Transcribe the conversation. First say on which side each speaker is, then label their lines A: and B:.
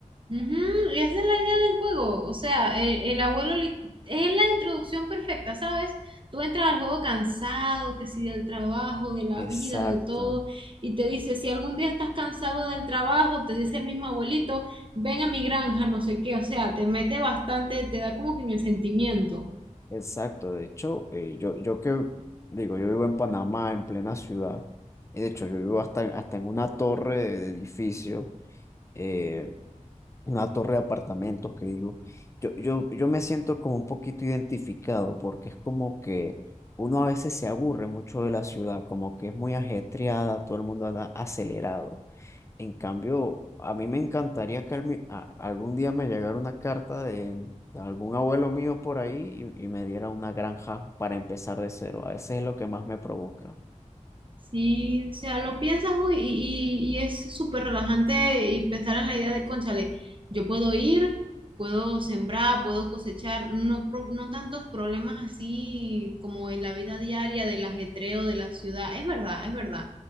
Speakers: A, on the right; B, on the left.
A: Ujú, y esa es la idea del juego. O sea, el, el abuelo li- es la introducción perfecta, ¿sabes? Tú entras al juego cansado, que si del trabajo, de la
B: Exacto,
A: vida, de todo, y te dice, si algún día estás cansado del trabajo, te dice el mismo abuelito, ven a mi granja, no sé qué. O sea, te mete bastante, te da como que en el sentimiento.
B: exacto. De hecho, eh, yo, yo que digo, yo vivo en Panamá, en plena ciudad, y de hecho yo vivo hasta en, hasta en una torre de, de edificio. eh, una torre de apartamentos que digo, yo, yo, yo me siento como un poquito identificado porque es como que uno a veces se aburre mucho de la ciudad, como que es muy ajetreada, todo el mundo anda acelerado. En cambio, a mí me encantaría que al mi- a- algún día me llegara una carta de, de algún abuelo mío por ahí y, y me diera una granja para empezar de cero. A veces es lo que más me provoca.
A: Sí, o sea, lo piensas uy, y, y- y es súper relajante y pensar en la idea de, cónchale, yo puedo ir, puedo sembrar, puedo cosechar, no, pro- no tantos problemas así como en la vida diaria del ajetreo de la ciudad. Es verdad, es verdad.